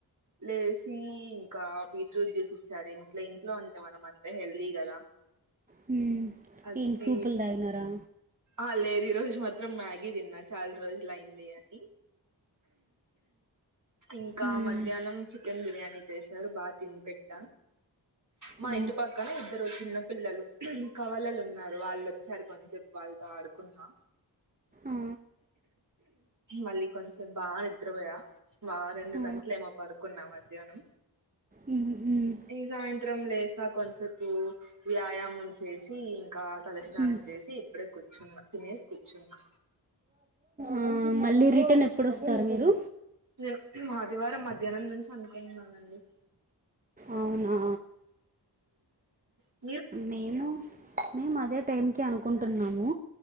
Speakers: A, on the right; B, on the right.
A: లేసి ఇంకా బీట్రూట్ జ్యూస్ ఇచ్చారు ఇంట్లో ఇంట్లో అంటే మనం అంతే హెల్దీ కదా
B: హు
A: అది
B: ఏన్ సూపల్ తాగినారా
A: ఆ లేదు ఈ రోజు మాత్రం మ్యాగీ తిన్నా చాలా రోజులు అయింది అని ఇంకా
B: మ్మ్.
A: మధ్యాహ్నం చికెన్ బిర్యానీ చేశారు బాగా తినిపెట్ట మా
B: ఆ,
A: ఇంటి పక్కన ఇద్దరు చిన్న పిల్లలు కవలలు ఉన్నారు వాళ్ళు వచ్చారు కొని చెప్ప వాళ్ళతో ఆడుకున్నా
B: ఆ,
A: మళ్ళీ కొంచ్సేప్ బాగా నిద్రపోయా మా రెండు
B: ఆ,
A: గంట్లేమో పడుకున్నా మధ్యాహ్నం
B: మ్మ్, మ్మ్,
A: ఈ సాయంత్రం లేస్ ఇంకా కొంతసేపు వ్యాయామం చేసి ఇంకా తలస్నానం
B: మ్మ్.
A: చేసి కూర్చున్న తినేస్ కూర్చున్నా
B: ఆ మళ్ళీ రిటర్న్ ఎప్పుడు వస్తారు మీరు
A: నేను ఆదివారం మధ్యాహ్నం నుంచి అనుకుంటున్నానండి
B: అవునా
A: హ్
B: మేము మేము అదే టైం కి అనుకుంటున్నాము